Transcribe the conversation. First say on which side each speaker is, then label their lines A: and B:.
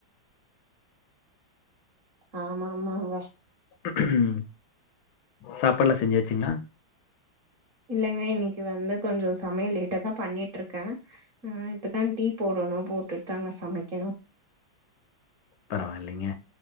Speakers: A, on the right; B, on the left.
A: ஆமா ஆமாங்க
B: ம் சாப்பாடுல்லா செஞ்சாசுங்ளா
A: இல்லேங்க இன்னிகி வந்து கொஞ்சோ சமையல் லேட்டா தா பண்ணிட்ருக்கே ம் இப்பதா டீ போடணு போட்டுட்டு தாங்க சமைக்கணு
B: பரவாயில்லைங்க